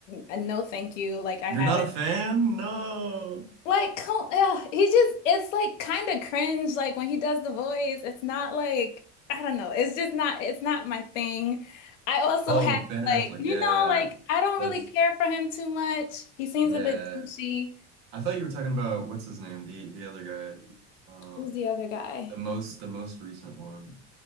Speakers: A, on the left; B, on the right.
A: uh, no thank you. Like, I
B: You're
A: haven't.
B: not a fan? No.
A: Like, come, yeah, he just, it's like kind of cringe. Like when he does the voice, it's not like, I don't know. It's just not, it's not my thing. I also
B: Oh,
A: have
B: Ben Affleck.
A: like, you
B: Yeah,
A: know,
B: yeah.
A: like I don't
B: That's
A: really care for him too much. He seems
B: yeah.
A: a bit douchey.
B: I thought you were talking about what's his name, the the other guy, um,
A: Who's the other guy?
B: the most the most recent one.